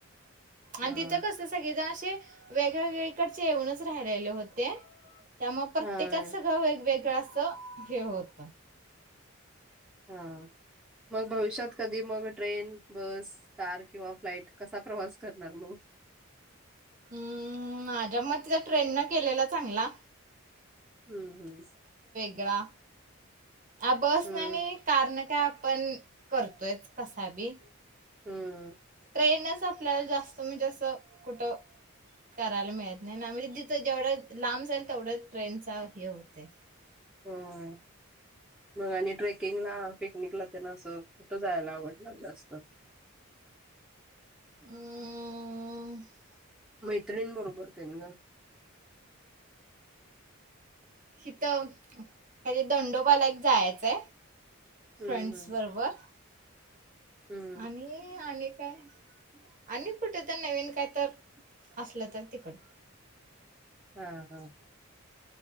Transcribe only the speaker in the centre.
हा
हा
हा मग भविष्यात कधी मग ट्रेन बस कार किंवा फ्लाइट कसा प्रवास करणार मग
हम्म हम्म
हम्म
हम्म
होय. मग आणि ट्रेकिंगला, पिकनिकला, त्यांना असं कुठं जायला आवडणार जास्त.
मैत्रिनी बरोबर ते न ग
हम्म
हम्म
हम्म
हा हा,